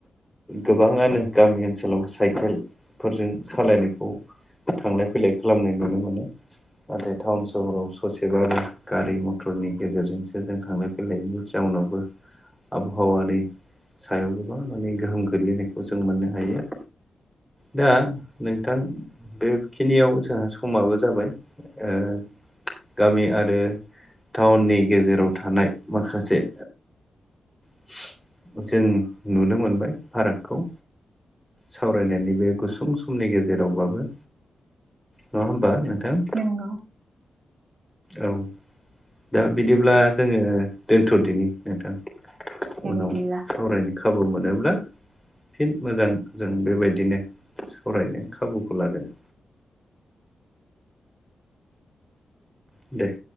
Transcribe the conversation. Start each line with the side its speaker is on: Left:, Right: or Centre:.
Centre: गोबाङानो गामि ओनसोलाव साइकेलफोरजों सालायनायखौ थांलाय फैलाय खालामनाय नुनो मोनो नाथाय टाउन सहराव ससेबाबो गारि मथरनि गेजेरजोंसो जों थांलाय फैलायनि जाउनावबो आबहावानि सायाव गोबां माने गोहोम गोग्लैनायखौ जों मोननो हायो। दा नोंथां बेखिनियाव जोंहा समाबो जाबाय ओ गामि आरो टाउननि गेजेराव थानाय माखासे बि जों नुनो मोनबाय फारागखौ। सावरायनायनि बे गुसुं समनि गेजेरावबाबो नङा होमबा नोंथां?
Right: नंगौ
Centre: औ दा बिदिब्ला जोङो दोनथ'दिनि नोंथां।
Right: दे
Centre: उनाव
Right: बिदिब्ला
Centre: सावरायनो खाबु मोनोब्ला फिन मोजां जों बेबायदिनो सावरायनो खाबुखौ लागोन। दे